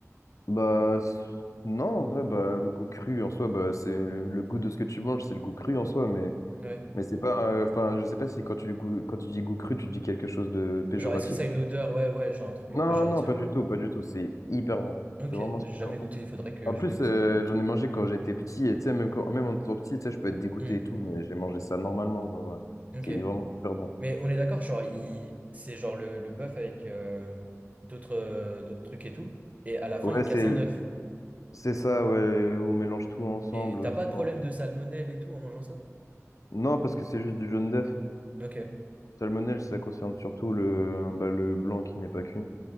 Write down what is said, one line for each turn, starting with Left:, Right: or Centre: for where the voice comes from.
Left: Bah s- non, en vrai, bah le goût cru en soi, bah c'est le goût de ce que tu manges, c'est le goût cru en soi, mais
Right: Ouais.
Left: mais c'est pas. euh, Enfin, je sais pas si quand tu goût... quand tu dis goût cru, tu dis quelque chose de péjoratif.
Right: Genre, est-ce que ça a une odeur? Ouais, ouais, genre un truc
Left: Non,
Right: euh, péjoratif,
Left: non, pas
Right: ouais.
Left: du tout, pas du tout. C'est hyper bon.
Right: Ok,
Left: C'est vraiment
Right: mais
Left: super
Right: j'ai jamais
Left: bon.
Right: goûté, il faudrait que
Left: En
Right: je
Left: plus,
Right: goûte.
Left: euh, j'en ai mangé quand j'étais petit, et tu sais, même, quand, même en étant petit, tu sais, je peux être dégoûté
Right: Mm.
Left: et tout, mais j'ai mangé ça normalement, genre, euh,
Right: Ok.
Left: c'est vraiment super bon.
Right: Mais on est d'accord, genre, il... c'est genre le, le bœuf avec euh, d'autres euh, d'autres trucs et tout. Et à la fin,
Left: Ouais,
Right: il
Left: c'est,
Right: casse un œuf.
Left: c'est ça, ouais, on mélange tout ensemble,
Right: Et t'as
Left: euh,
Right: pas
Left: souvent.
Right: de problème de salmonelle et tout en mangeant ça?
Left: Non, parce que c'est juste du jaune d'œuf.
Right: Ok,
Left: Salmonelle, ça concerne surtout le, bah, le blanc qui n'est pas cuit.